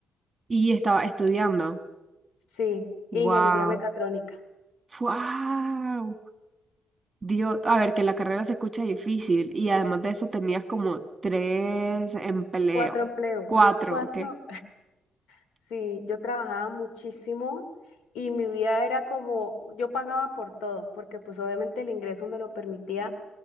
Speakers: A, on the right; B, on the left.
A: Y estaba estudiando.
B: Sí, ingeniería
A: Wow.
B: mecatrónica,
A: Wow. Dios, a ver, que la carrera se escucha difícil y además de eso tenías como tres empleos,
B: cuatro empleos,
A: cuatro,
B: cuatro
A: ¿ok?
B: Sí, yo trabajaba muchísimo y mi vida era como, yo pagaba por todo, porque pues obviamente el ingreso me lo permitía,